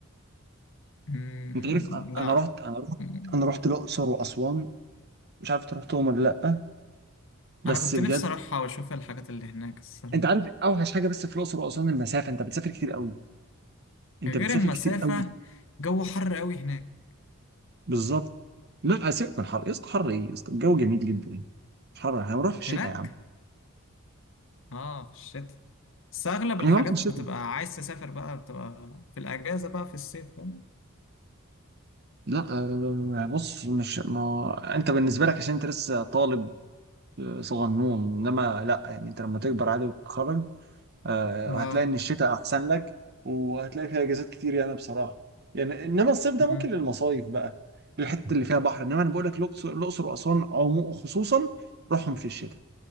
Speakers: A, on the left; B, on the right.
A: مم،
B: انت عارف انا
A: لا
B: أنا رحت انا رحت
A: مم.
B: انا رحت الاقصر واسوان مش عارف انت رحتهم ولا لا بس
A: انا كنت
B: بجد
A: نفسي اروحها واشوف الحاجات اللي هناك الصراحة
B: انت عارف اوحش حاجه بس في الاقصر واسوان المسافه انت بتسافر كتير قوي انت
A: غير
B: بتسافر
A: المسافة
B: كتير قوي
A: جو حر قوي هناك
B: بالظبط لا سيبك من الحر يا اسطى حر ايه يا اسطى الجو جميل جدا مش حر احنا هنروح في الشتاء
A: هناك
B: يا عم
A: اه في الشتاء بس اغلب الحاجات
B: هنروح في الشتاء
A: بتبقى عايز تسافر بقى بتبقى في الاجازة بقى في الصيف فاهم؟
B: لا آه، بص مش ما هو انت بالنسبه لك عشان انت لسه طالب آه، صغنون انما لا يعني انت لما تكبر عادي وتتخرج آه،
A: اه
B: هتلاقي ان الشتاء احسن لك وهتلاقي فيها اجازات كتير يعني بصراحه يعني انما الصيف ده
A: مم.
B: ممكن للمصايف بقى للحته اللي فيها بحر انما انا بقول لك الاقصر الأقصر واسوان عمو خصوصا روحهم في الشتاء